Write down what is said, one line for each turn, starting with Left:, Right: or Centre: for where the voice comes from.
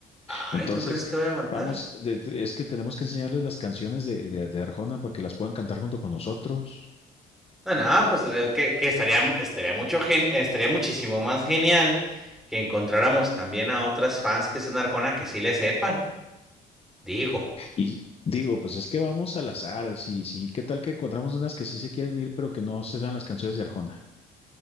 Centre: Ay,
Left: Entonces,
Centre: ¿tú crees que voy a aguantar?
Left: vamos, de- de- es que tenemos que enseñarles las canciones de, de, de Arjona para que las puedan cantar junto con nosotros.
Centre: Ah, no, pues la- que, que estaría, estaría mucho gen- estaría muchísimo más genial que encontráramos también a otras fans que sean de Arjona que sí le sepan. Digo,
Left: Y digo, pues es que vamos al azar, sí, sí, ¿qué tal que encontramos unas que sí se quieren ir, pero que no se saben las canciones de Arjona?